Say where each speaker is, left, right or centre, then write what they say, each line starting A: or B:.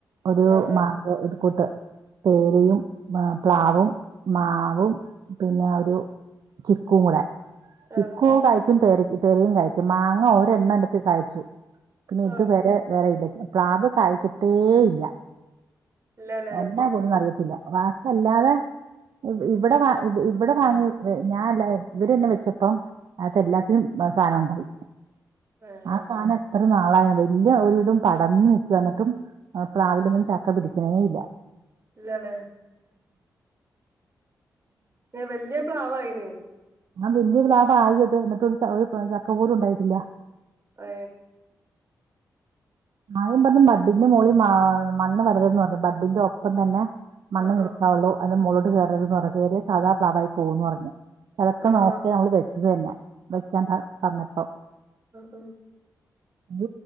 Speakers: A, on the right; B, on the right.
A: ഒരു
B: ആഹ് ആഹ്
A: മാങ്കോ എ കൂട്ട് പേരയും പ്ലാവും മാവും പിന്നെ ഒരു ചിക്കും കൂടെ ചിക്കുവ
B: ആഹ്
A: കഴിക്കും പ പെരയും കഴിക്കും മാങ്ങ ഒഓരെണ്ണ എടുത്ത് കഴച്ചു പിന്നെ ഇത്
B: ആഹ്
A: വരെ വറെയില്ല പ്ലാാവ് കഴിച്ചിട്ടേ ഇല്ല
B: ഇല്ലല്ലേ
A: എല്ലാ പോന്നും അറിയത്തില്ല വാക്കല്ലാതെ
B: ഉം
A: ഇവിടെ
B: ഉം
A: വ ഇവിടെ വാങ്ങി ഞാൻല്ല ഇവടെ തന്നെ വെച്ചപ്പം അ എല്ലാത്തിനും സാധനം ഉണ്ടായി
B: ഏഹ്
A: ആഹ താന എത്ര നാളായ വലിയ ഒരുരിതും പടന്നു നിക്കു എന്നിട്ടും പ്ലാവിലൊന്നും ചക്ക പിടിക്കണേ ഇല്ല
B: ഇല്ലല്ലേ വല്ിയ പ്ലവാായിന്
A: ആ വല്യ പ്ലാവ്ആയിത് എന്നിട്ട് ഒരുചക്ക പോലും ഉണ്ടായിട്ടില്ല
B: ഏ
A: ആദ്യം പറഞ്ഞു ബഡിന്റെ മുകളിൽ മണ്ണ് വരതന്ന് പറഞ്ഞു ബഡിന്റെ ഒപ്പം തന്നെ മണ്ണണ്
B: ആഹ്
A: നിൽക്കാവുള്ളു അ മളോട്ട് കയറരു എന്ന് പറ കയറിയ സാധാ പ്ലാവായി പോകന്ന് പറഞ്ു അതൊക്കെ
B: ആഹ്
A: നോക്കിയ
B: ആഹ്
A: നമ്മള് വെച്ചത് തന്നെ വെക്കാൻ പറഞ്ഞപ്പം
B: ഉം
A: അത്